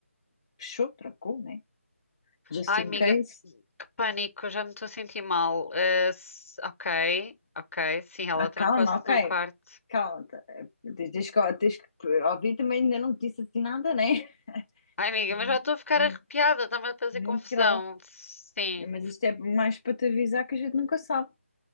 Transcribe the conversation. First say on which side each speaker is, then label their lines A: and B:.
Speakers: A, on the left (about 20°); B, on the left (about 65°).
A: fechou, trancou, né? Just
B: Ai,
A: in
B: amiga,
A: case.
B: que pânico, já me estou a sentir mal. Eh, s- ok, ok. Sim, ela
A: Ah,
B: trancou-se
A: calma, ok.
B: no quarto.
A: Calma, tá, eh, tens, tens que tens que ouvir também, ainda não te disse assim nada, né?
B: Ai, amiga,
A: Muito,
B: mas já estou a ficar
A: muito,
B: arrepiada, está-me a fazer
A: muito
B: confusão.
A: grave.
B: Sim.
A: Mas isto é mais para te avisar que a gente nunca sabe.